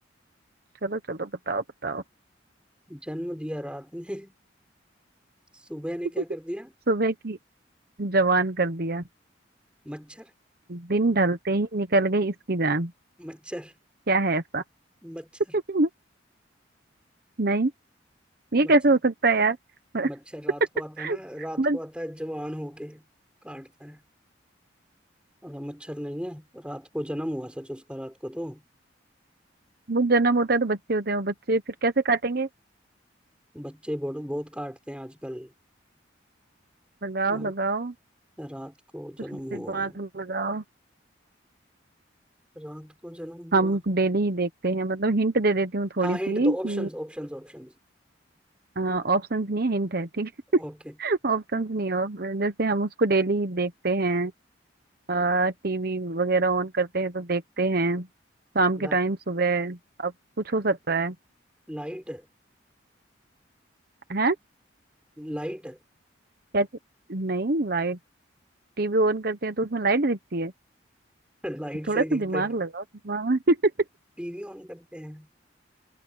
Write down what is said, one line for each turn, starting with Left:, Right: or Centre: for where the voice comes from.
Right: चलो चलो बताओ बताओ
Centre: जन्म दिया रात ने <laughs> सुबह ने
Right: <laughs>
Centre: क्या कर दिया
Right: सुबह की जवान कर दिया
Centre: मच्छर
Right: दिन ढलते ही निकल गई इसकी जान
Centre: मच्छर
Right: क्या है ऐसा
Centre: मच्छर
Right: <laughs> नहीं ये
Centre: मच्छर
Right: कैसे हो सकता है यार
Centre: मच्छर रात
Right: <laughs>
Centre: को आता है ना रात
Right: बस
Centre: को आता है जवान होके काटता है अच्छा मच्छर नहीं है रात को जन्म हुआ सच उसका रात को तो
Right: वो जन्म होता है तो बच्चे होते हैं वो बच्चे फिर कैसे काटेंगे
Centre: बच्चे बहुत बहुत काटते हैं आजकल
Right: लगाओ
Centre: अ,
Right: लगाओ
Centre: रात को
Right: कुछ
Centre: जन्म हुआ
Right: दिमाग लगाओ
Centre: रात को जन्म हुआ
Right: हम डेली ही देखते हैं मतलब हिंट दे देती हूँ थोड़ी
Centre: हाँ हिंट
Right: सी
Centre: दो
Right: कि
Centre: ऑप्शंस ऑप्शंस ऑप्शंस
Right: ऑप्शंस नहीं है हिंट है ठीक
Centre: ओके
Right: है <laughs> ऑप्शंस नहीं है और जैसे हम उसको डेली देखते हैं आ, टीवी वगैरह ऑन करते हैं तो देखते हैं शाम
Centre: ला,
Right: के टाइम सुबह अब कुछ हो सकता है
Centre: लाइट
Right: हैं
Centre: लाइट
Right: क्या चीज़? नहीं लाइट टीवी ऑन करते हैं तो उसमें लाइट दिखती है
Centre: लाइट
Right: थोड़ा
Centre: से ही
Right: सा
Centre: दिखता
Right: दिमाग
Centre: है
Right: लगाओ दिमाग में <laughs>
Centre: टीवी ऑन करते हैं